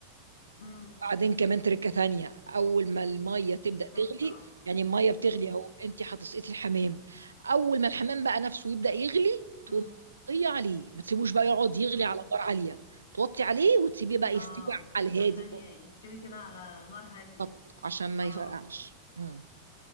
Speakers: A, on the left (about 60°); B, on the right (about 75°).
A: امم
B: بعدين كمان تركة تانية أول ما المية تبدأ
A: بالظبط
B: تغلي
A: اه
B: يعني المية بتغلي
A: امم
B: أهو أنت هتسقطي الحمام أول ما الحمام بقى نفسه يبدأ يغلي تقوم
A: امم
B: توطي عليه ما تسيبوش بقى يقعد يغلي
A: امم
B: على نار عالية توطي عليه وتسيبيه بقى يستوي
A: اه
B: على الهادي
A: عشان
B: خالص
A: ي- يستوي كده على نار هادية
B: بالظبط، عشان ما
A: اه
B: يفرقعش مم.